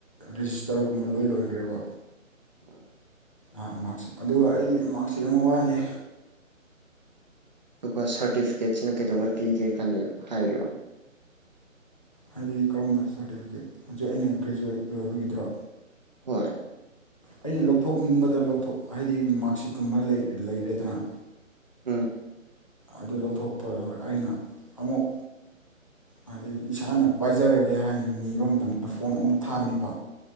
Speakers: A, on the left; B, on the right.
A: ꯔꯦꯖꯤꯁꯇꯔꯒꯨꯝꯕ ꯂꯣꯏ ꯂꯣꯏꯒꯔꯦꯕ꯫
B: ꯑ꯫
A: ꯑ ꯃꯥꯛꯁꯤꯠ ꯑꯗꯨꯒ ꯑꯩ ꯃꯥꯛꯁꯤꯠ ꯑꯃ ꯋꯥꯠꯂꯤ꯫
B: ꯑꯗꯨꯒ ꯁꯔꯇꯤꯐꯤꯀꯦꯠꯁꯤꯅ ꯀꯩꯗꯧꯉꯩ ꯄꯤꯒꯦ ꯈꯜꯂꯤ ꯍꯥꯏꯔꯤꯑꯣ
A: ꯍꯥꯏꯗꯤ ꯀꯔꯝꯕ ꯁꯥꯔꯇꯤꯐꯤꯀꯦꯠ ꯍꯧꯖꯤꯛ ꯑꯩꯅ ꯒ꯭ꯔꯦꯖꯨꯋꯦꯠ ꯂꯣꯏꯕꯒꯤꯗ꯭ꯔꯣ
B: ꯍꯣꯏ
A: ꯑꯩꯅ ꯂꯧꯊꯣꯛꯅꯤꯡꯕꯗ ꯂꯧꯊꯣꯛ ꯍꯥꯏꯕꯗꯤ ꯃꯥꯔꯁꯤꯠꯀꯨꯝꯕ ꯂꯩꯔꯦꯗꯅ
B: ꯎꯝ
A: ꯑꯗꯨ ꯂꯧꯊꯣꯛꯄ ꯑꯩꯅ ꯑꯃꯨꯛ ꯍꯥꯏꯗꯤ ꯏꯁꯥꯅ ꯄꯥꯏꯖꯔꯒꯦ ꯍꯥꯏꯅ ꯅꯤꯕ ꯃꯇꯝꯗ ꯐꯣꯝ ꯑꯃꯨꯛ ꯊꯥꯒꯅꯤꯕ